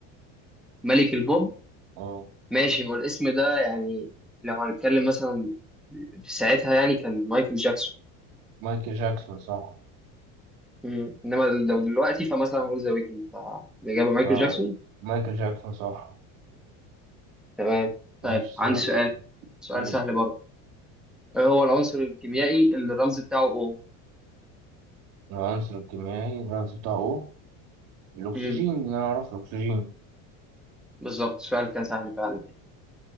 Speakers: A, in the centre; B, on the right (about 75°).
A: ملك البوب
B: اه
A: ماشي هو الاسم ده يعني لو هنتكلم مثلا في ساعتها يعني كان مايكل جاكسون
B: مايكل جاكسون صح
A: مم. انما لو دلوقتي فمثلا هقول ذا ويكند فالاجابه مايكل
B: اه
A: جاكسون
B: مايكل جاكسون صح
A: تمام
B: ماشي
A: طيب
B: سؤال
A: عندي سؤال سؤال
B: قول.
A: سهل برضه ايه هو العنصر الكيميائي اللي الرمز بتاعه O
B: العنصر الكيميائي الرمز بتاعه O الاكسجين
A: امم
B: اللي انا اعرفه الاكسجين
A: بالظبط السؤال كان سهل فعلا يعني